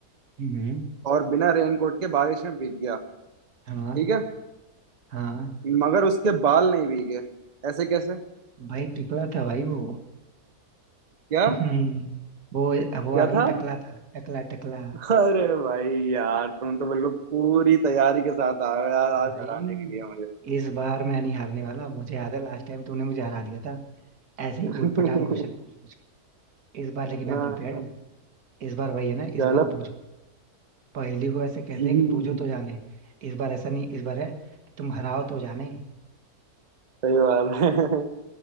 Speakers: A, on the right (about 75°); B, on the right (about 30°).
A: हम्म
B: और बिना रेनकोट के बारिश में भीग गया
A: हाँ
B: ठीक है
A: हाँ
B: मगर उसके बाल नहीं भीगे ऐसे कैसे
A: भाई टकला था भाई वो
B: क्या
A: <laughs> हम्म, वो वो
B: क्या
A: आदमी
B: था
A: टकला था टकला टकला
B: अरे भाई यार तुम तो बिल्कुल पूरी तैयारी के साथ आए हो यार आज
A: भाई
B: हराने के लिए मुझे
A: इस बार मैं नहीं हारने वाला मुझे याद है लास्ट टाइम तूने मुझे हरा दिया था ऐसे
B: <laughs>
A: ही ऊट पटांग क्वेश्चन पूछ पूछ के। इस बार लेकिन
B: हाँ,
A: मैं प्रिपेयर्ड हूँ इस बार वही है ना इस
B: चलो
A: बार बूझो <laughs> पहेली को ऐसे कहते
B: हम्म,
A: हैं कि बूझो तो जाने इस बार ऐसा नहीं इस बार है कि तुम हराओ तो जाने
B: सही बात है <laughs>